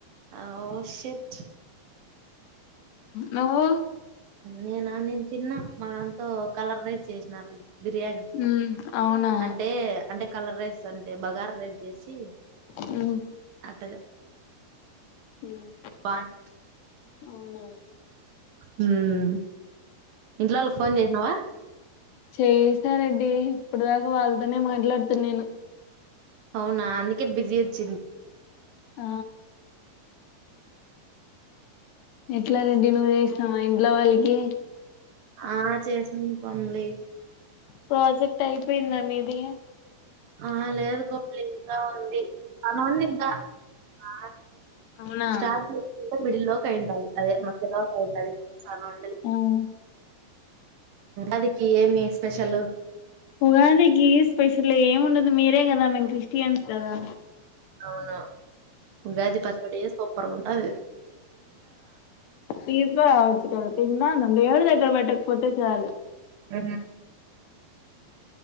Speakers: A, on the right; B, on the left.
A: అహో షేట్
B: నువ్వు
A: నేనా నేను తిన్న మాదంతో కలర్ రైస్ చేసినారు లే బిర్యానీ
B: మ్మ్ అవునా
A: అంటే అంటే కలర్ రైస్ అంటే బగారా రైస్ చేసి
B: మ్మ్
A: అంటా
B: హ్మ్
A: బాగు
B: అవునా
A: హ్మ్ ఇంట్లో వాళ్ళకి ఫోన్ చేసినావా
B: చేయిస్తా రెడ్డి ఇప్పుడుదాకా వాళ్ళతోనే మాట్లాడుతున్నా నేను
A: అవునా అందుక అందుకే బిజీ వచ్చింది.
B: ఆ ఎట్లా రెడ్డి నువ్వు చేసినావా ఇంట్లో వాళ్ళకి
A: ఆ చేసింది కొమలి
B: ప్రాజెక్ట్ అయిపోయిందా మీది
A: ఆ లేదు కోమలి ఇంకా ఉంది. పని ఉంది ఇంకా ఆ
B: అవునా
A: స్టాక్ మిడి లోయ్ అదే <unintelligible> ఉంటది మరీ తాను ఉండలేదు
B: ఆ
A: అదికి ఏమి స్పెషల్
B: ఉగాదికి స్పెషల్ ఏమి ఉండదు. మీరే కదా మేమ్ క్రిస్టియన్స్ కదా
A: అవునా ఉగాది పచ్చడి చేస్తాం సూపర్ గా ఉంటాది.
B: తీసుకరావొచ్చు కదా తింటాను. దేవుని దగ్గర దేవుని దగ్గర పెట్టకపోతే చాలు
A: ఆ